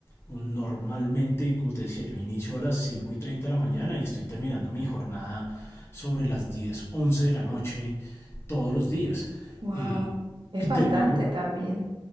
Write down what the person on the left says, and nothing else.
un- normalmente, como te decía, yo inicio a las 5 y 30 de la mañana y estoy terminando mi jornada sobre las 10 11 de la noche todos los días.
Eh,
y
termino